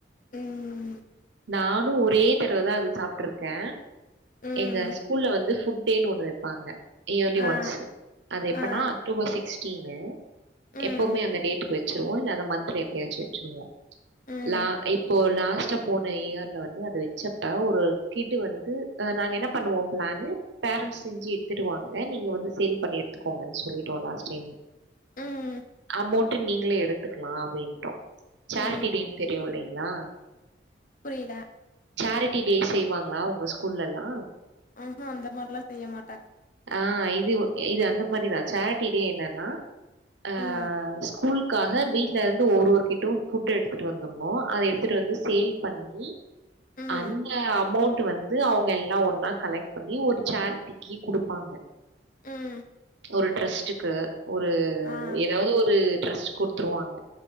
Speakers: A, on the left; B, on the right.
A: ம்
B: நானு ஒரே தடவதா அது சாப்ட்ருக்கே
A: ம்
B: எங்க ஸ்கூல்ல வந்து ஃபுட்டேனு ஒண்ணு வெப்பாங்க யேர்லி
A: ஆ
B: ஒன்சு அது எப்பனா
A: ஆ
B: அக்டோபர் சிக்ஸ்டீனு
A: ம்
B: எப்பவுமே அந்த டேட்டுக்கு வெச்சுருவோ இல்ல அந்த மந்த்துல எப்பயாச்சு வெச்சிருவோ
A: ம்
B: லா இப்போ லாஸ்ட்டா போன இயர்ல வந்து அது வெச்சப்ப ஒரு கிட்டு வந்து அ நாங்க என்ன பண்ணுவோ ப்ளானு பேரண்ஸ் செஞ்சு எடுத்துட்டுவாங் க நீங்க வந்து சேல் பண்ணி எடுத்துக்கோங்கன் சொல்லிட்டோ லாஸ்ட் டைம்
A: ம்
B: அமௌண்டு நீங்களே எடுத்துக்கலா அப்டின்டோ சேரிட்டிடேன்
A: ம்
B: தெரியு இல்லைங்ளா
A: புரியில
B: சேரிட்டி டே செய்வாங்ளா, உங்க ஸ்கூலல்லா
A: ஆ ஆ அந்த மாரிலா செய்ய மாட்டாங்க
B: ஆ இது இது அந்த மாரிதா சேரிட்டிடே என்னன்னா அ
A: ம்
B: ஸ்கூல் க்காக வீட்ல இருந்து ஒரு ஒரு கிட்டு ஃபுட்டு எடுத்துட்டு வந்துர்ணு அத எடுத்துட்டு வந்து சேல் பண்ணி
A: ம்
B: அந்த அமௌண்டு வந்து அவுங்க எல்லா ஒன்னா கலெக்ட் பண்ணி ஒரு சேரிட்டிக்கி குடுப் பாங்க
A: ம்
B: ஒரு ட்ரெஸ்ட்டுக்கு ஒரு
A: ஆ
B: எதாவது ஒரு ட்ரஸ்டுக் குடுத்துருவாங்க